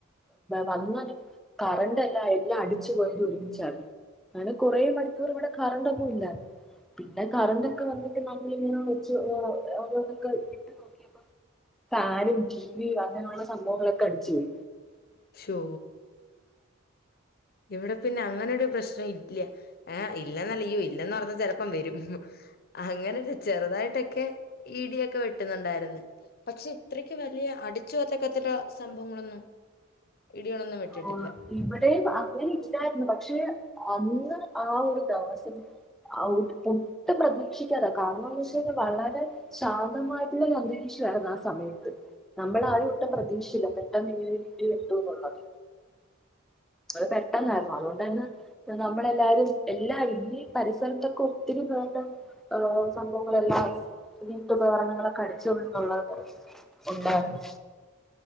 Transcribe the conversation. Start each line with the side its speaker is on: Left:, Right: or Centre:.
Centre: വന്നാലും കറണ്ടല്ല എല്ലാം അടിച്ചുപോയത് ഒരുമിച്ചായിര്ന്നു അങ്ങനെ കുറേ മണിക്കൂർ ഇവിടെ കറണ്ടൊന്നും ഇല്ല പിന്നെ കറണ്ടക്കെ വന്നിട്ട് നമ്മളിങ്ങനെ ഓരോന്നൊക്ക ഇട്ട് നോക്കിയപ്പോ താര വീ അങ്ങനെയുള്ള സംഭവങ്ങളൊക്കെ അടിച്ച് പോയി
Left: ശോ ഇവിടെ പിന്നെ അങ്ങനൊരു പ്രശ്നം ഇല്ല ഏ ഇല്ലന്നല്ലിയോ ഇല്ലന്ന് പറഞ്ഞാ ചെലപ്പം വരും അങ്ങനെല്ല ചെറ്തായിട്ടെക്കെ ഇടിയൊക്കെ വെട്ട്ന്ന്ണ്ടായിര്ന്ന് പക്ഷെ അത്രയ്ക്ക് വലിയ അടിച്ച് വച്ചകത്തക്ക സംഭവങ്ങളൊന്നും ഇടികളൊന്നും വെട്ടിട്ടില്ല
Centre: ആ ഇവിടെയും അങ്ങനെ ഇല്ലായിര്ന്നു പക്ഷെ അന്ന് ആ ഒരു ദെവസം ആ ഒ ഒട്ടും പ്രതീക്ഷിക്കാതാ കാരണംന്ന് വെച്ച് കഴിഞ്ഞാൽ വളരെ ശാന്തമായിട്ട്ള്ളൊരു അന്തരീക്ഷ ആയിര്ന്ന് ആ സമയത്ത് നമ്മൾ ആരും ഒട്ടും പ്രതീക്ഷില്ല പെട്ടെന്നിങ്ങെനെ ടി വെട്ടുന്നുള്ളത് അത് പെട്ടെന്നായിര്ന്നു
Left: ഉം
Centre: അത്കൊണ്ടന്നെ നമ്മളെല്ലാരും എല്ലാരും ഈ പരിസരത്തൊക്കെ ഒത്തിരി പേര്ടെ സംഭവങ്ങളെല്ലാം വീട്ടുപകരണങ്ങളൊക്കെ അടിച് പോയിന്നുള്ളെ ഉണ്ടായിര്ന്നു